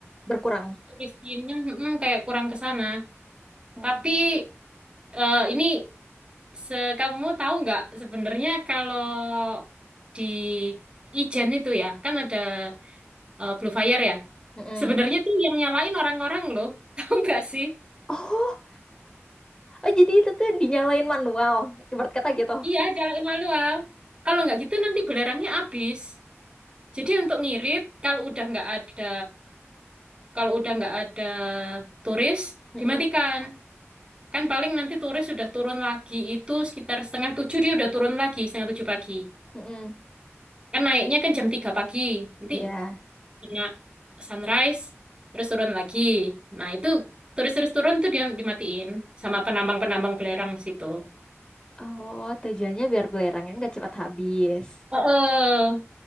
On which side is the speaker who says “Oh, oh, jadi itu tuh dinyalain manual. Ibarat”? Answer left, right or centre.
Left